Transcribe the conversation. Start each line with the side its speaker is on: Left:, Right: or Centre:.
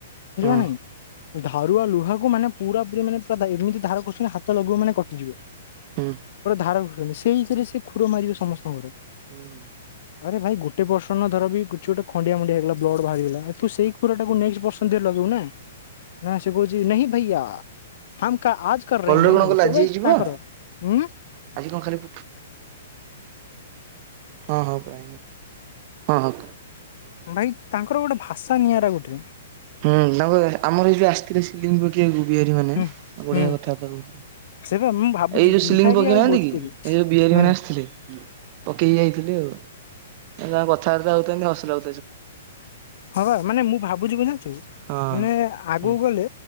Right: ହଁ
Left: ନାଇଁ ଧାରୁଆ ଲୁହାକୁ ମାନେ ପୁରା ପୁରୀ ମାନେ ପୁରା ଏମିତି ଧାର କରୁଛନ୍ତି ହାତ ଲଗୁ ମାନେ କଟିଯିବ।
Right: ହୁଁ
Left: ପୁର ଧାରା ସେଇ ହରେ ସେ କୁର ମାରିବେ ସମସ୍ତଙ୍କର
Right: ହୁଁ
Left: ଆରେ ଭାଇ ଗୋଟେ ପର୍ସନ ଧର ବି କିଛି ଗୋଟେ ଖଣ୍ଡିଆଣ୍ଡିଆ ହେଇଗଲା ବ୍ଲଡ ବାହାରିଗଲା ତୁ ସେଇ ଖୁର ଟାକୁ ନେ ପର୍ସନରେ ଲଗେଇୁ ନା। ନା ସେ କହୁଚି ନେହି ଭଇଆ ହମ କା ଆଜ କର ରହେ
Right: କଲରେ
Left: ହେ
Right: କଣ କଲେ
Left: ସେ
Right: ଆଜି
Left: ଭାଇ
Right: ହେଇଯିବ
Left: ତାଙ୍କର ଉଁ
Right: ଆଜି କଣ ଖାଲି ହଁ ହଁ ହଁ ହ।
Left: ଭାଇ ତାଙ୍କର ଗୋଟେ ଭାଷା ନିଆରା ଗୋଟେ
Right: ହୁଁ ତାଙ୍କ ଆମର ଏଇ ଯୋଉ ଆସିଥିଲେଥିଲା ସିଲଲିଙ୍ଗପୁର। କି ବିହାରି ମାନେ
Left: ହୁଁ
Right: ବଢ଼ିଆ
Left: ହୁଁ।
Right: କଥାବାର୍ତ୍ତା କହୁଥିଲେ।
Left: ସେ ବା ମୁଁ ଭାବୁଛି
Right: ଏଇ ଯୋଉ
Left: ବିହାରୀ
Right: ସିଲିଙ୍ଗ ପକେଇନାହାନ୍ତି
Left: ଆଉ ଭୋଜପୁରୀ
Right: କି ଏଇ ଯୋଉ ବିହାରୀ
Left: ହଁ
Right: ମାନେ ଆସିଥିଲେ ପକେଇକି ଯାଇଥିଲେ ଆଉ। ତାଙ୍କ କଥାବାର୍ତ୍ତା ହଉଛନ୍ତି ହସିଲ ହଉ
Left: ହଁବା ମାନେ ମୁଁ ଭାବୁଛି ବୁ ଜଣିଛୁ
Right: ହଁ
Left: ମାନେ ଆଗକୁ
Right: ହୁଁ
Left: ଗଲେ।